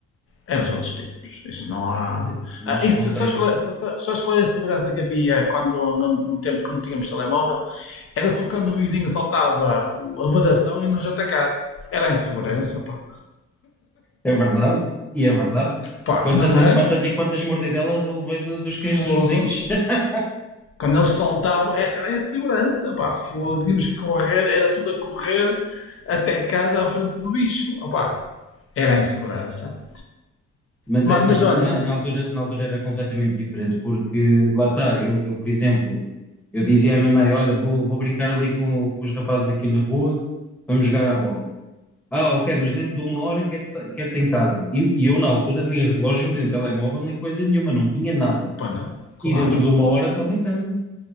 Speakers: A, on the left (about 45°); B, in the centre.
A: Eram os outros tempos. Isso não há.
B: te- não,
A: Ah, isso,
B: não tenho
A: sabes, qual, é- sabes qual era a segurança que havia quando, no, no tempo que não tínhamos telemóvel? Era se o cão vizinho saltava o- a vedação e nos atacasse. Era a insegurança, pá.
B: É verdade, e é verdade.
A: Pá,
B: Quantas,
A: não
B: e-
A: é?
B: quantas e quantas mordidelas eu levei do- dos cães
A: Fogo.
B: dos vizinhos. <laughs>
A: Quando eles saltavam, essa era a insegurança, pá, fogo, tínhamos que correr, era tudo a correr até casa à frente do bicho, opá, era a insegurança.
B: Mas,
A: Mas,
B: é, mas
A: mas olha,
B: na, na altura, na altura era completamente diferente, porque lá está, eu, eu, por exemplo, eu dizia à minha mãe, olha, vou, vou brincar ali com, com os rapazes aqui na rua, vamos jogar à bola. Ah, ok, mas dentro de uma hora quero ta- quero-te em casa. E, e eu na altura nem relógio, nem telemóvel, nem coisa nenhuma, não tinha nada.
A: pá, não, claro,
B: E dentro de uma hora estava em casa.